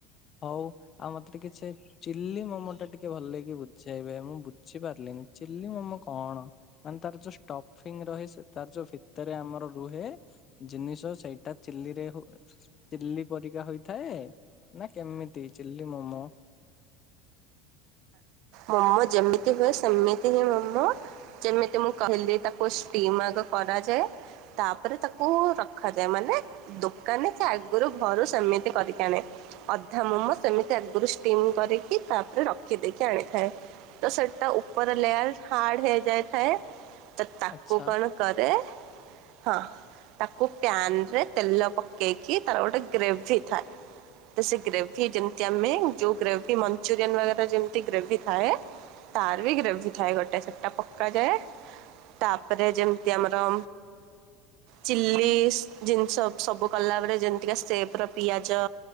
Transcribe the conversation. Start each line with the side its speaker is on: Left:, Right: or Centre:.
Left: ହଉ ଆଉ ମତେ ଟିକିଏ ଛେ ଚିଲ୍ଲି ମୋମୋ ଟା ଟିକେ ଭଲ କି ବୁଝେଇବେ ମୁଁ ବୁଝିପାରିଲିନି ଚିଲ୍ଲି ମୋମୋ କଣ? ମାନେ ତାର ଯୋଉ ଷ୍ଟଫିଙ୍ଗ୍ ରହେ ତାର ଯୋଉ ଭିତରେ ଆମର ରୁହେ ଜିନିଷ ସେଇଟା ଚିଲ୍ଲିରେ ହୁଏ ଚିଲ୍ଲି ପରିକା ହୋଇଥାଏ ନା କେମିତି ଚଲ୍ଲି ମୋମୋ
Right: ମମ ଯେମିତି ହୁଏ ସେମିତି ହିଁ ମୋମୋ ଯେମିତି ମୁଁ କହିଲି ତା ପୃଷ୍ଟି ମାଗ କରାଯାଏ ତାପରେ ତାକୁ ରଖାଯାଏ ମାନେ ଦୋକାନୀ ସେ ଆଗରୁ ଘରୁ ସେମିତି କରିକି ଆଣେ ଅଧା ମୋମୋ ସେମିତି ସେ ଆଗୁରୁ ଷ୍ଟିମ୍ କରିକି ତାପରେ ରଖିଦେଇ ଆଣିଥାଏ ତ ସେଟା ଉପର ଲେୟାର ହାର୍ଡ଼ ହେଇଯାଇଥାଏ। ସେ ତାକୁ
Left: ଆଚ୍ଛା
Right: କଣ କରେ ହଁ ତାକୁ ପ୍ୟାନ୍ ରେ ତେଲ ପକେଇକି ତାର ଗୋଟେ ଗ୍ରେଭି ଥାଏ। ସେ ଗ୍ରେଭି ଯେମିତି ଆମେ ଯୋଉ ଗ୍ରେଭି ମଞ୍ଚୁରିୟାନ୍ ବାଗେରା ଯେମ୍ତି ଯେମିତି ଗ୍ରେଭି ଥାଏ। ତାର୍ ବି ଗ୍ରେଭି ଥାଏ ଗୋଟେ ତାର ବି ପକାଯାଏ। ତାପରେ ଯେମିତି ଆମର ଚିଲ୍ଲିସ୍ ଜିନିଷ ସବୁ କଲା ବେଳେ ଯେମିତିକା ସେପ୍ ର ପିଆଜ